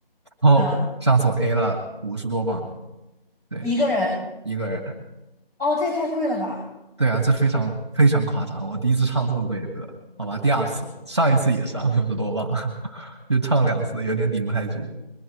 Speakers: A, on the right (about 30°); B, on the left (about 85°).
A: 然后上次我
B: 嗯，
A: A 了五十多磅，对，
B: 一个人，
A: 一个人。
B: 哦，这也太贵了吧？
A: 对啊，这非常非常夸张，我第一次唱这么贵的歌，好吧，第二次，上一次也是啊五十多磅，<laughs> 就唱两次有点顶不太住。